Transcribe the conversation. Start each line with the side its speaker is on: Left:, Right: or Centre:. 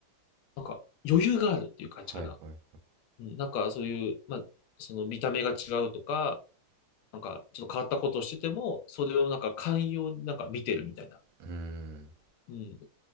Left: なんか余裕があるっていう感じかな。
Right: はいはいはい。
Left: うん、なんかそういう、まあ、その見た目が違うとか、なんかちょっと変わったことをしてても、それをなんか寛容になんか見てるみたいな。
Right: うん、
Left: うん。